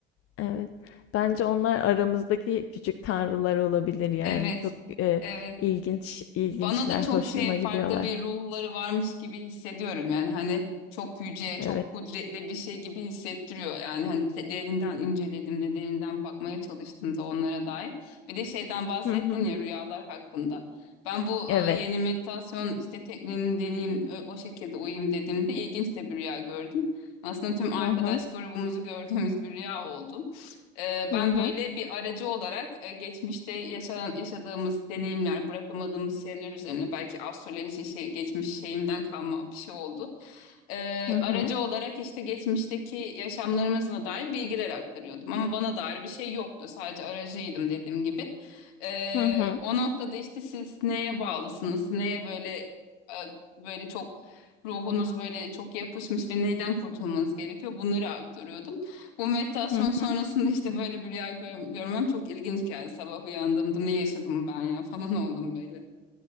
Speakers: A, on the left; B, on the left.
A: Evet. Bence onlar aramızdaki küçük tanrılar olabilir yani.
B: Evet.
A: Çok e,
B: Evet.
A: ilginç, ilginçler,
B: Bana da çok
A: hoşuma
B: şey farklı
A: gidiyorlar.
B: bir ruhları varmış gibi hissediyorum yani hani çok yüce
A: Evet.
B: çok kudretli bir şey gibi hissettiriyor yani hani de- derinden incelediğimde derinden bakmaya çalıştığımda onlara dair bir de şeyden bahsettin
A: Hı hı.
B: ya rüyalar hakkında ben bu
A: Evet.
B: e, yeni meditasyon işte tekniğini deneyeyim ö- o şekilde uyuyayım dediğimde ilginç de bir rüya gördüm aslında tüm arkadaş
A: Hı hı.
B: grubumuzu gördüğümüz bir rüya oldu. Ee,
A: Hı
B: ben
A: hı.
B: böyle bir aracı olarak e, geçmişte yaşanan, yaşadığımız deneyimler, bırakamadığımız şeyler üzerine belki astroloji şey, geçmiş şeyimden kalma bir şey oldu. Ee,
A: Hı hı.
B: aracı olarak işte geçmişteki yaşamlarımızla dair bilgiler aktarıyordum ama bana dair bir şey yoktu. Sadece aracıydım dediğim gibi. Ee,
A: Hı hı.
B: o noktada işte siz neye bağlısınız, neye böyle e, böyle çok ruhunuz böyle çok yapışmış ve neyden kurtulmanız gerekiyor bunları aktarıyordum. Bu meditasyon
A: Hı hı.
B: sonrasında işte böyle bir rüya gör- görmem çok ilginç geldi. Sabah uyandığımda ne yaşadım ben ya falan <laughs> oldum böyle.